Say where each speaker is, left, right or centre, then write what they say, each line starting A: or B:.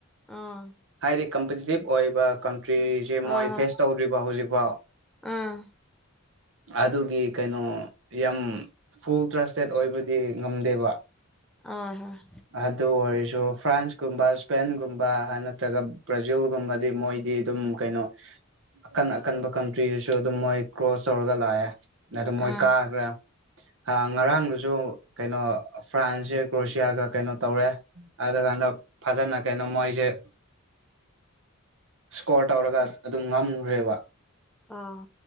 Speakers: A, in the centre; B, on the right.
A: ꯑꯥ ꯍꯣꯏ
B: ꯍꯥꯏꯗꯤ ꯀꯝꯄꯤꯇꯤꯇꯤꯞ ꯑꯣꯏꯕ ꯀꯟꯇ꯭ꯔꯤꯁꯦ
A: ꯍꯣꯏ
B: ꯃꯣꯏ ꯐꯦꯁ ꯇꯧꯗ꯭ꯔꯤꯕ ꯍꯧꯖꯤꯛꯐꯥꯎ
A: ꯑꯥ
B: ꯑꯗꯨꯒꯤ ꯀꯩꯅꯣ ꯌꯥꯝ ꯐꯨꯜ ꯇ꯭ꯔꯁꯇꯦꯠ ꯑꯣꯏꯕꯗꯤ ꯉꯝꯗꯦꯕ
A: ꯑ ꯍ
B: ꯑꯗꯨ ꯑꯣꯏꯔꯁꯨ ꯐ꯭ꯔꯥꯟꯁꯀꯨꯝꯕ ꯏꯁꯄꯦꯟꯒꯨꯝꯕ ꯅꯠꯇ꯭ꯔꯒ ꯕ꯭ꯔꯥꯖꯤꯜꯒꯨꯝꯕꯗꯤ ꯃꯣꯏ ꯗꯤ ꯑꯗꯨꯝ ꯀꯩꯅꯣ ꯑꯀꯟ ꯑꯀꯟꯕ ꯀꯟꯇ꯭ꯔꯤꯗꯁꯨ ꯑꯗꯨꯝ ꯃꯣꯏ ꯀ꯭ꯔꯣꯁ ꯇꯧꯔꯒ ꯂꯥꯛꯑꯦ ꯅꯠꯇ‌ꯦ ꯃꯣꯏ
A: ꯑꯥ
B: ꯀꯥꯒ꯭ꯔꯦ ꯍ ꯉꯔꯥꯡꯗꯨꯁꯨ ꯀꯩꯅꯣ ꯐ꯭ꯔꯥꯟꯁꯁ‌ꯦ ꯀ꯭ꯔꯣꯁꯤꯌꯥꯒ ꯀꯩꯅꯣ ꯇꯧꯔꯦ ꯑꯗꯨ ꯀꯥꯟꯗ ꯐꯖꯅ ꯀꯩꯅꯣ ꯃꯣꯏꯖ‌ꯦ ꯏꯁꯀꯣꯔ ꯇꯧꯔꯒ ꯑꯗꯨꯝ ꯉꯝꯒ꯭ꯔꯦꯕ
A: ꯑꯥ